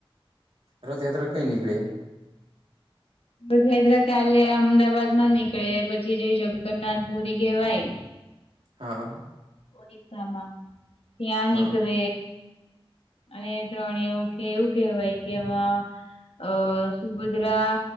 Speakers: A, on the right (about 80°); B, on the left (about 75°).
A: રથયાત્ર કઈ કળે.
B: બસ યાત્રા કાલે અમદાવાદ માં નીકળે પછી જઈ જગન્નાથ પુરી કહેવાય.
A: હા.
B: ઓડીશમાં ધિયાનીિક
A: હા
B: ર. અને ત્રણે એવું એવું કવાય કે એમાં અ સુભદ્રા.